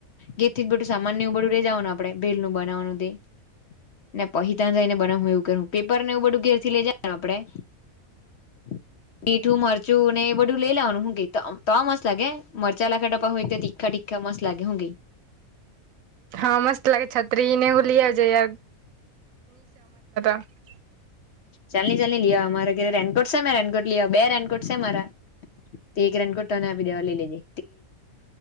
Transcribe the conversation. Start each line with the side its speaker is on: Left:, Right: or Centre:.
Left: ગેર થી બટું સામાન એ બડું લઈ જવાનું આપડે બેલ નું બનાવવાનું તે ને પહી તને જઈ ને બને હું એવું કરું પેપર ને એવું બધું ઘેર થી લઇ જ ને આપડે <inaudible> મીઠું મરચું ને એ બધું લઈ લેવાનું હું કે તો મસ્ત લાગે મરચા લાખે તો હુ તે તીખા તીખા તો મસ્ત લાગે હુ કે
Right: હા મસ્ત લાગે છત્રી ને એ બધું લી આવજે <unintelligible>
Left: ચલની ચલની લઈ આવ મારે ઘેર રેનકોટ છે ને રેનકોટ લી આવા બે રેનકોટ છે મારા તે એક રેનકોટ તને આપી દેવા લે લયજે